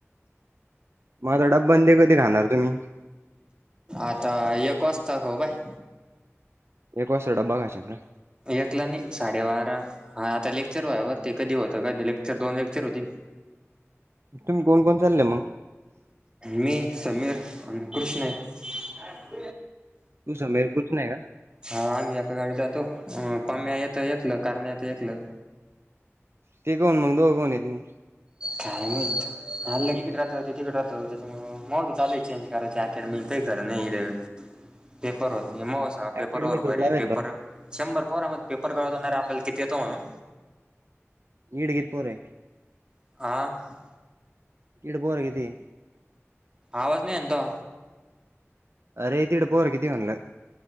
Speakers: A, on the right; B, on the right.
A: मग डब्बं ते कधी खाणार तुम्ही?
B: आता एक वाजता खाऊ काय.
A: एक वाजता डबा खाशीन का?
B: एकला नाही साडेबारा हा आता लेक्चर व वरती कधी होतं काही नाही लेक्चर दोन लेक्चर होती.
A: तुम्ही कोण कोण चाल्ले मग?
B: मी समीर आणि कृष्ण आहे.
A: तू समीर कृष्ण आहे का?
B: हा आम्ही एका गाडी जातो पम्या येतं एकलं कारनं येत एकलं.
A: ते कोन मग दो कोण येत म
B: काय माहित, एक इथं राहत ते एकीकडे राहत त्याच्यामुळं म चालूय चेंज करायच्या अकॅडमी काही कर नाही रे पेपर होत नाही मो सा
A: अकॅडमी
B: पेपर व
A: थोडी
B: बर
A: लावेल
B: पेपर
A: राव.
B: शंभर पोरा मध्यही पेपर करवणार आपल्या किती येतो म्हणून
A: ईडगीत पोर आहे.
B: आ..
A: इड पोर किती?
B: आवाज नाही येंतो.
A: अरे! तीड पोर किती म्हणलं?